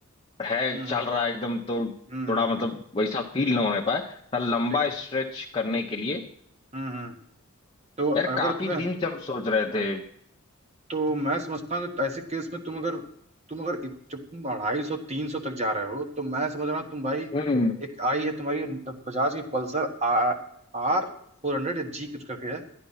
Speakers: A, on the left; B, on the right.
A: है
B: हम्म
A: चल रहा है एकदम तो
B: हम्म
A: थोड़ा
B: हम्म,
A: मतलब वैसा फील ना होने पाए थोड़ा लंबा
B: ठीक ठीक
A: स्ट्रेच करने के लिए
B: हम्म हम्म तो
A: यार
B: अगर
A: काफी
B: तुम्हें
A: दिन से हम सोच रहे थे
B: तो मैं समझता हूँ कि ऐसे केस में तुम अगर तुम अगर इत- जब तुम अढ़ाई सौ तीन सौ तक जा रहे हो तो मैं समझ रहा हूँ तुम भाई
A: हम्म
B: एक आई है तुम्हारी बजाज की पल्सर आ, आर फोर हंड्रेड या जी कुछ करके है